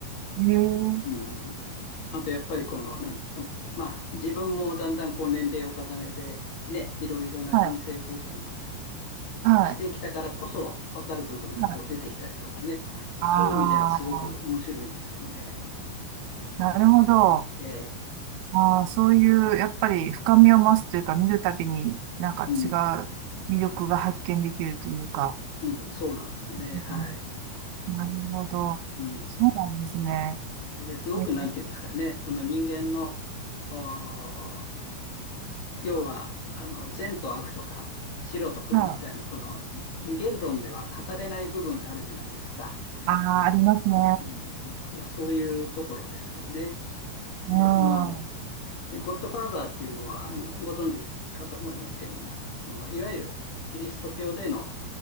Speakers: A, on the right; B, on the left.
A: い、ねええ、
B: うん、あとやっぱりこの、なん、まあ、自分もだんだんこう年齢を重ねて、ね、いろいろな人生経験を
A: はい、はい、
B: してきたからこそ分かる部分がこう出てきたりとかね、
A: はい。ああ、
B: そういう意味ではすごく面白いですよね。
A: なるほど。
B: え
A: ああ、そういう、やっぱり深みを増すというか、見るたびになんか違う魅力が発見できるというか。
B: ーうん、うん、そうなんですね。
A: うん
B: はい。
A: なるほど。
B: うん。
A: そうなんですね。
B: それですごく、
A: えー、
B: なんていうんですかね、その人間の、あー要はあの善と悪とか白と黒みたいなその二元論では語れない部分があるじゃないですか。
A: はい。ああ、ありますね。
B: うんうんだからそういうところですよね。でその
A: うん。は
B: でゴッドファーザーっていうのはあのご存知かと思いますけれどもそのいわゆるキリスト教での